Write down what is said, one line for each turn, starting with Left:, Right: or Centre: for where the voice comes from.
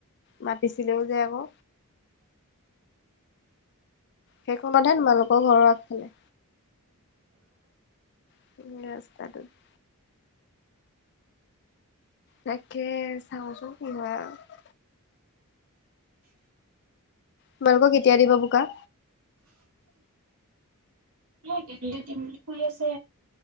Left: মাতিছিলেও যে আকৌ। সেইখনতে তোমালোকৰ ঘৰৰ আগফালে। <unintelligible> তাকে চাওঁচোন কি হয় আৰু? তোমালোকৰ কেতিয়া দিব বোকা?
Right: সেই <unintelligible> দিম বুলি কয় আছে,